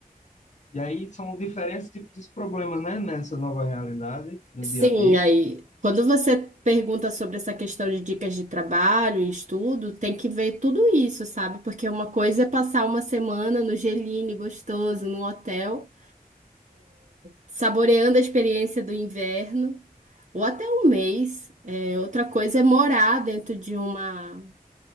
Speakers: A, on the left; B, on the right.
A: E aí são diferentes tipos de problemas, né, nessa nova realidade, no
B: Sim,
A: dia a dia.
B: aí, quando você pergunta sobre essa questão de dicas de trabalho e estudo, tem que ver tudo isso, sabe? Porque uma coisa é passar uma semana no geline gostoso, num hotel, saboreando a experiência do inverno, ou até um mês. É, outra coisa é morar dentro de uma,